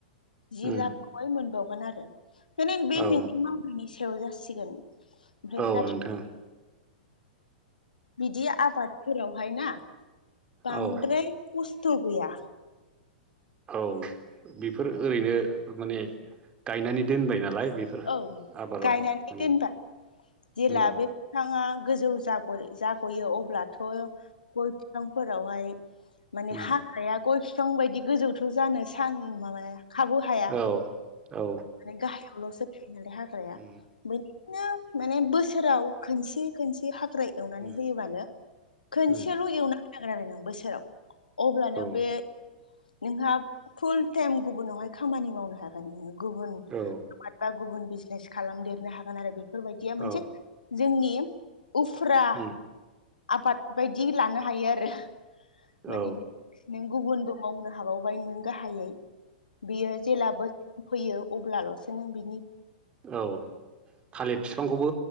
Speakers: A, on the left; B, on the right.
A: जि
B: उम
A: लाखखौहाय मोनबावगोन आरो। बेनि बे
B: औ
A: नोंनि मावनायनि सायाव जासिगोन। ओमफ्राय
B: औ
A: ना
B: नोंथां
A: बिदि आबादफोरावहाय ना बांद्राय
B: औ
A: खस्थ' गैया।
B: औ बेफोर ओरैनो माने गायनानै दोनबाय नालाय बेफोर
A: औ
B: आबादाव
A: गायनानै
B: माने
A: दोनबा जेला
B: उम
A: बे बिफाङा गोजौ जाग' जाग'यो अब्लाथ' गय फिफांफोरावहाय माने
B: उम
A: हाग्राया गय बिफां बायदि गोजौथ' जानो सान माबाया खाबु हाया,
B: औ औ
A: माने गाहायावल'सो हाग्राया
B: उम
A: बेनि बिदिनो माने बोसोराव खोनसे खोनसे हाग्राय एवनानै
B: उम
A: होयोबानो खोनसेल'
B: उम
A: एवना होनांगोन आरो नों बोसोराव। अब्लानो
B: औ
A: बे नोंहा फुल टाइम गुबुनावहाय खामानि मावनो हागोन। नोङो गुबुन
B: औ
A: आबाद बा गुबुन बिजनेस खालामदेरनो हागोन आरो बेफोरबायदिया मोनसे
B: औ
A: जोंनि उफुरा
B: उम
A: आबाद बायदि लानो हायो आरो माने
B: औ
A: नों गुबुनबो मावनो हाबावबाय नों गाहायै बेयो जेला बै फैयो अब्लाल'सो नों बिनि
B: औ थालिर फिफांखौबो